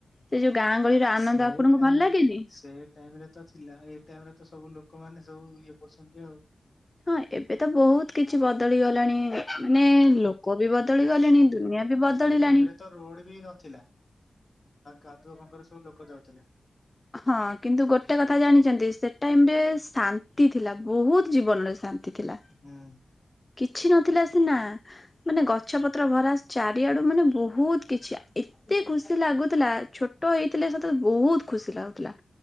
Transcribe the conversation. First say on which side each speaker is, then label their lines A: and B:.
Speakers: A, on the left; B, on the left.
A: ସେ ଯୋଉ ଗାଁ ଗହଳିର ଆନନ୍ଦ
B: ସେ
A: ଆପଣଙ୍କୁ
B: ଟାଇମ
A: ଭଲ ଲାଗେନି?
B: ସେ ଟାଇମ ରେ ତ ଥିଲାଉ ଏ ଟାଇମ ରେ ତ ସବୁ ଲୋକମାନେ ସବୁ ଇଏ କରୁଛନ୍ତି ଆଉ।
A: ହଁ ଏବେ ତ ବହୁତ କିଛି ବଦଳି ଗଲାଣି ମାନେ
B: ହଁ।
A: ଲୋକ ବି ବଦଳି
B: ଆ ସେ
A: ଗଲେଣି ଦୁନିଆ ବି ବଦଳିଲାଣି।
B: ସେ ଟାଇମ ରେ ତ ରୋଡ ବି ନଥିଲା କାଦୁଅ ପଙ୍କରେ ସବୁ ଲୋକ ଯାଉଥିଲେ।
A: ହ <unintelligible> ହଁ କିନ୍ତୁ ଗୋଟେ କଥା ଜାଣିଛନ୍ତି ସେ ଟାଇମ ରେ ଶାନ୍ତି ଥିଲା ବହୁତ ଜୀବନରେ ଶାନ୍ତି ଥିଲା।
B: ହୁଁ
A: କିଛି ନଥିଲା ସିନା ମାନେ ଗଛ ପତ୍ର ଭରା ଚାରିଆଡୁ ମାନେ ବହୁତ କିଛି ଏତେ ଖୁସି ଲାଗୁ ଥିଲା ଛୋଟ ହେଇଥିଲେ ସତ ବହୁତ ଖୁସି ଲାଗୁଥିଲା।